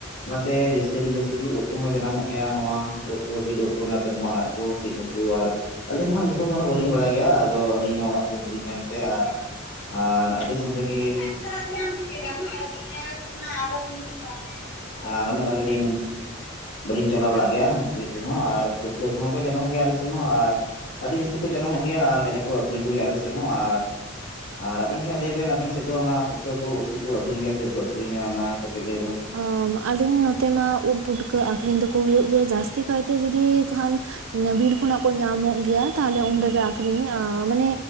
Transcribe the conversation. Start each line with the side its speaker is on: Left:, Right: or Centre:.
Left: ᱚᱱᱟ ᱛᱮ ᱡᱟᱹᱥᱛᱤ ᱟᱹᱰᱤ ᱡᱟᱹᱥᱛᱤ ᱜᱮ ᱩᱫ ᱠᱚᱦᱚᱸ ᱡᱟᱱᱟᱢᱚᱜ ᱜᱮᱭᱟ ᱱᱚᱣᱟ ᱩᱫ ᱠᱚ ᱵᱤᱨ ᱩᱫ ᱠᱚ, ᱚᱱᱟ ᱛᱚᱨᱢᱟᱞ ᱟᱫ ᱠᱚ, ᱥᱤᱢ ᱩᱫ ᱠᱚ ᱟᱨ ᱟᱹᱞᱤᱧ ᱦᱚ ᱱᱟᱜ ᱧᱩᱛᱩᱢ ᱫᱚ ᱩᱱᱟᱹᱜ ᱵᱟᱹᱞᱤᱧ ᱵᱟᱲᱟᱭ ᱜᱮᱭᱟ ᱟᱫᱚ ᱟᱹᱞᱤᱧ ᱦᱚᱸ ᱚᱲᱟᱜ ᱠᱚᱨᱮ ᱫᱚ ᱵᱟᱹᱞᱤᱧ ᱛᱟᱦᱮᱱ ᱛᱮ ᱟᱨ ᱟᱨ ᱟᱹᱰᱤ ᱥᱚᱸᱫᱮ ᱜᱮ <unintelligible> ᱟᱨ ᱚᱱᱮ ᱚᱱᱠᱟ ᱜᱮᱞᱤᱧ ᱵᱟᱹᱞᱤᱧ ᱪᱟᱞᱟᱣ ᱵᱟᱲᱟᱜ ᱜᱮᱭᱟ ᱵᱤᱨ ᱨᱮ ᱦᱚᱸ ᱟᱨ ᱯᱩᱴᱠᱟᱹ ᱠᱚᱦᱚᱸ ᱠᱚ ᱡᱟᱱᱟᱢᱚᱜ ᱜᱮᱭᱟ ᱟᱞᱮ ᱥᱮᱫ ᱦᱚᱸ ᱟᱨ ᱟᱹᱰᱤ ᱡᱟᱹᱥᱛᱤ ᱡᱟᱱᱟᱢᱚᱜ ᱜᱮᱭᱟ ᱟᱨ ᱠᱟᱡᱟᱠ ᱠᱚ ᱟᱹᱠᱷᱨᱤᱧ ᱠᱚᱜᱮᱭᱟ ᱟᱞᱮ ᱥᱮᱫ ᱦᱚᱸ ᱟᱨ ᱟᱨ ᱟᱵᱮᱱ ᱜᱮ ᱦᱟᱸᱜ ᱞᱟᱹᱭ ᱵᱮᱱ ᱟᱵᱮᱱ ᱥᱮᱫ ᱫᱚ ᱚᱱᱟ ᱯᱩᱠᱟᱹ ᱠᱚ, ᱩᱫ ᱠᱩᱠᱚ ᱟᱹᱠᱷᱨᱤᱧ ᱜᱮᱭᱟ ᱥᱮ ᱵᱟᱠᱚ ᱟᱹᱠᱷᱨᱤᱧᱟ ᱚᱱᱟ ᱠᱟᱹᱴᱤᱡ ᱞᱟᱹᱭ ᱵᱮᱱ?
Right: ᱟᱸ ᱟᱹᱞᱤᱧ ᱱᱚᱛᱮ ᱢᱟ ᱩᱫ ᱯᱩᱴᱠᱟᱹ ᱟᱠᱷᱨᱤᱧ ᱫᱚᱠᱚ ᱦᱩᱭᱩᱜ ᱜᱮᱭᱟ ᱡᱟᱹᱥᱛᱤ ᱠᱟᱭᱛᱮ ᱡᱩᱫᱤ ᱠᱷᱟᱱ ᱵᱤᱨ ᱠᱷᱚᱱᱟᱜ ᱠᱚ ᱧᱟᱢᱚᱜ ᱜᱮᱭᱟ ᱛᱟᱦᱞᱮ ᱚᱸᱰᱮ ᱜᱮ ᱟᱠᱷᱨᱤᱧ ᱟᱸ ᱢᱟᱱᱮ